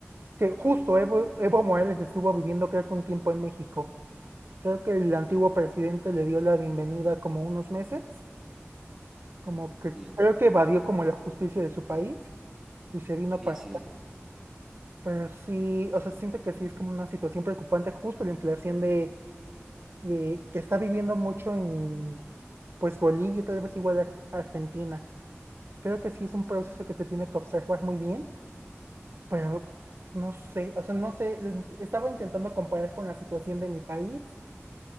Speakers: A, on the right; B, in the centre.
A: Que justo Evo, Evo Morales estuvo viviendo creo que un tiempo en México. Creo que el antiguo presidente le dio la bienvenida como unos meses. Como que
B: Y, el,
A: creo que evadió como la justicia de su país y se vino
B: y
A: para...
B: sí,
A: Pero sí, o sea, siento que sí es como una situación preocupante justo la inflación de de, que está viviendo mucho en pues Bolivia, tal vez igual Ar- Argentina. Creo que sí es un proceso que se tiene que observar muy bien, pero no sé, o sea, no sé, estaba intentando comparar con la situación de mi país,